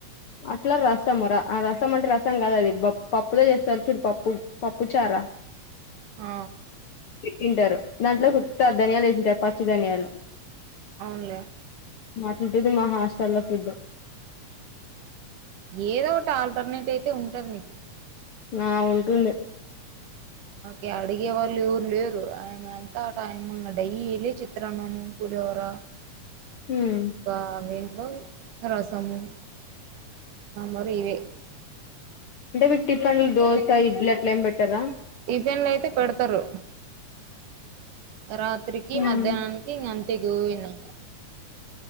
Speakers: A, on the left; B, on the right.
A: అట్ల రసంర ఆ రసం అంటే రసం కాద్ అది పప్పులో చేస్తర్ చూడు పప్పు పప్పు చారా
B: ఆ
A: తింటరు. దాంట్లో ఉత్త ధనియాల్ ఏసుంటారు పచ్చి ధనియాలు
B: అవున్లే
A: అట్లుంటది మా హాస్టల్ల ఫుడ్
B: ఏదోటి ఆల్టర్నేట్ అయితే ఉంటది మీకి
A: ఆ ఉంటుంది.
B: మాకే అడిగే వాళ్ళు ఎవరు లేరు అయినంత టైమ్ంగ్ డైలీ చిత్రాన్నము, పు లిహోర
A: ఉమ్
B: ఇంకా వె రసము మరి ఇవే
A: అంటే మీక్ టిఫన్లు దోస, ఇండ్లి అట్లేం పెట్టరా?
B: ఇఫెన్లైతే పెడ్తరు. రాత్రికి,
A: ఉమ్
B: మధ్యాహ్నానికి ఇంకా అంతే గూ విన్నాక